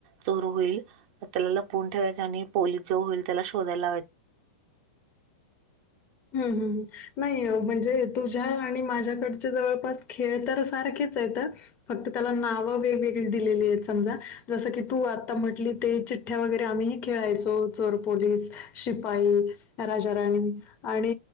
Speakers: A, on the right (about 45°); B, on the left (about 30°).
A: चोर होईल त्याला लपवून ठेवायच आणि पोलीस जो होईल त्याला शोधायला लावायचा.
B: हम् हम. नाही म्हणजे तुझ्या आणि माझ्याकडचे जवळपास खेळ तर सारखेच आहेत तर फक्त त्याला नाव वेगवेगळी दिलेली आहेत समजा जसं की तू आता म्हटली ते च वगैरे आम्ही खेळायचो चोरपोलीस शिपाई राजााराणी आणि